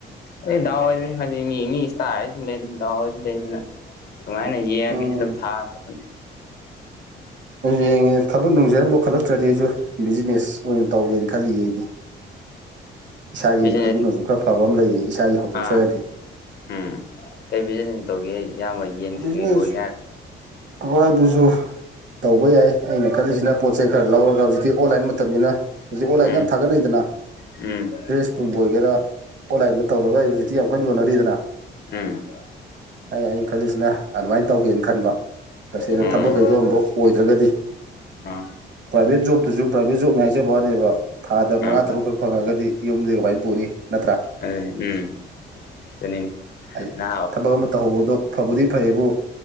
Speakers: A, on the left (about 50°); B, on the right (about 65°).
A: ꯑꯩ ꯗꯥꯎ ꯑꯣꯏꯗꯣꯏꯅꯤ ꯍꯥꯏꯗꯤ ꯃꯤ ꯃꯤ ꯏꯁꯇꯥꯔꯁꯨ ꯂꯩ ꯑꯗꯨꯝ ꯗꯥꯎ ꯑꯣꯏꯔꯁꯨ ꯂꯩ ꯑꯗꯨꯅ ꯑꯗꯨꯃꯥꯏꯅ ꯌꯦꯡꯉꯒꯦ
B: ꯎꯝ
A: ꯑꯗꯨꯝ ꯊꯥꯕ ꯈ ꯑꯗꯨ
B: ꯌꯦꯡꯉꯦ ꯊꯕꯛ ꯅꯨꯡꯖꯔꯝꯐꯥꯎ ꯈꯜꯂꯛꯇ꯭ꯔꯗꯤ ꯑꯩꯁꯨ ꯕꯤꯖꯤꯅꯦꯁ ꯑꯣꯏꯅ ꯇꯧꯒꯦꯅ ꯈꯜꯂꯤ ꯑꯩꯗꯤ ꯏꯁꯥꯒꯤ
A: ꯕꯤꯖꯤꯅꯦꯁ
B: ꯑꯗꯨꯅꯁꯨ ꯈꯔ ꯐꯕ ꯑꯃ ꯂꯩꯌꯦ ꯏꯁꯥꯒꯤ ꯍꯧꯗꯣꯛꯆꯔꯗꯤ
A: ꯑꯥ ꯎꯝ ꯀꯩ ꯕꯤꯖꯤꯅꯦꯁ ꯇꯧꯒꯦ ꯏꯌꯥꯝꯕ ꯌꯦꯟ
B: ꯕꯤꯖꯤꯅꯦꯁ
A: ꯀꯩꯀꯩ ꯂꯣꯏꯒꯦ ꯍꯥꯏꯔꯣ
B: ꯑꯋꯥꯏ ꯑꯗꯨꯁꯨꯣ ꯇꯧꯕ ꯌꯥꯏ ꯑꯩꯅ ꯈꯜꯂꯤꯁꯤꯅ ꯄꯣꯠ ꯆꯩ ꯈꯔ ꯂꯧꯔꯒ ꯍꯧꯖꯤꯛꯇꯤ ꯑꯣꯟꯂꯥꯏꯟ ꯃꯇꯝꯅꯤꯅ ꯍꯧꯛ ꯑꯣꯂꯥꯏꯅ
A: ꯎꯝ
B: ꯌꯥꯝ ꯊꯥꯒꯅ ꯑꯩꯗꯅ
A: ꯎꯝ
B: ꯗ꯭ꯔꯦꯁꯀꯨꯝꯕ ꯑꯣꯏꯒꯦꯔꯥ ꯑꯣꯟꯂꯥꯏꯟꯗ ꯇꯧꯔꯒ ꯑꯩ ꯍꯧꯖꯤꯛꯇꯤ ꯌꯥꯝ ꯀꯟꯅ ꯌꯣꯟꯅꯔꯤꯗꯅ
A: ꯎꯝ
B: ꯑꯩ ꯑꯩꯅ ꯈꯜꯂꯤꯁꯤꯅ ꯑꯗꯨꯃꯥꯏꯅ ꯇꯧꯒꯦꯅ ꯈꯟꯕ ꯇꯁꯦꯡꯅ
A: ꯎꯝ
B: ꯊꯕꯛꯈꯩꯗꯣ ꯑꯃꯨꯛ ꯑꯣꯏꯗ꯭ꯔꯒꯗꯤ
A: ꯑꯥ
B: ꯄ꯭ꯔꯥꯏꯚꯦꯠ ꯖꯣꯕꯇꯨꯁꯨ ꯄ꯭ꯔꯥꯏꯚꯦꯠ ꯖꯣꯕꯅꯦ ꯍꯥꯏꯖꯕ ꯋꯥꯅꯦꯕ ꯊꯥꯗ
A: ꯑꯥ
B: ꯃꯉꯥ ꯇꯔꯨꯛꯈꯛ ꯐꯪꯉꯒꯗꯤ ꯌꯨꯝꯗꯤ ꯀꯃꯥꯏꯅ ꯄꯨꯅꯤ ꯅꯠꯇ꯭ꯔꯥ
A: ꯑꯗꯨ ꯎꯝ ꯆꯅꯤꯅꯦ
B: ꯍꯥꯏꯗꯤ
A: ꯅ
B: ꯊꯕꯛ ꯑꯃ ꯇꯧꯍꯧꯕꯗꯣ ꯐꯕꯨꯗꯤ ꯐꯩꯌꯦꯕꯨ